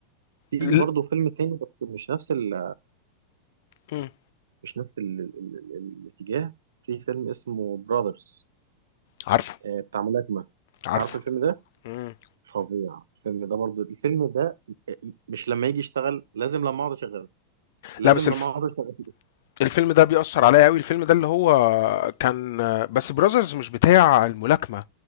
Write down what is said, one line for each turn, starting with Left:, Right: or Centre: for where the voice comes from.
Right: في
Left: ل-
Right: برضه فيلم تاني بس مش نفس ال
Left: مم.
Right: مش نفس ال ال ال ال- الاتجاه في فيلم اسمه براذرز
Left: عارفه
Right: بتاع ملاكمه
Left: عارفه
Right: عارف الفيلم ده
Left: مم.
Right: فظيع الفيلم ده برضه الفيلم ده آه، مش لما يجي يشتغل لازم لما اقعد اشغله لازم
Left: لا بس الف...
Right: لما اقعد اشغله
Left: الفيلم ده بيأثر عليا قوي الفيلم ده اللي هو كان بس براذرز مش بتاع الملاكمة